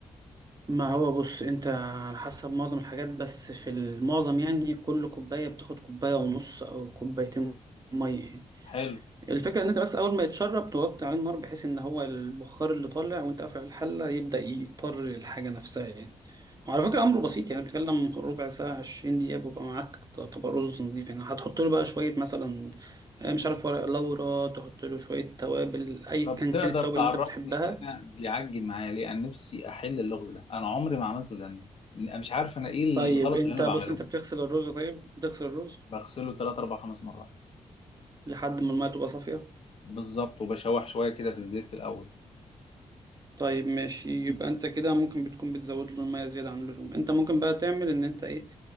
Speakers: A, on the right; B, on the left.
A: ما هو بص انت على حسب معظم الحاجات بس في المعظم يعني كل كوباية بتاخد كوباية ونص او كوبايتين مية يعني
B: حلو
A: الفكرة ان انت بس اول ما يتشرب توطي عليه النار بحيث ان هو البخار اللي طالع وانت قافل الحلة يبدأ يطر الحاجة نفسها يعني وعلى فكرة امره بسيط يعني بتتكلم ربع ساعة 20 دقيقة بيبقى معاك طبق رز نضيف يعني هتحط له بقى شوية مثلا آه، مش عارف ورق لورا تحط له شوية توابل اي
B: طب
A: كان
B: تقدر
A: كانت التوابل
B: تعرفني
A: اللي انت بتحبها
B: انا بيعجل معايا ليه انا نفسي احل اللغز ده انا عمري ما عملته زي الناس انا مش عارف انا ايه الغلط
A: طيب انت
B: اللي انا
A: بص
B: بعمله
A: انت بتغسل الرز طيب بتغسل الرز
B: بغسله 3 4 5 مرات
A: لحد ما المية تبقى صافية
B: بالظبط وبشوح شويه كده في الزيت في الاول
A: طيب ماشي يبقى انت كده ممكن بتكون بتزود له المية زيادة عن اللزوم انت ممكن بقى تعمل ان انت ايه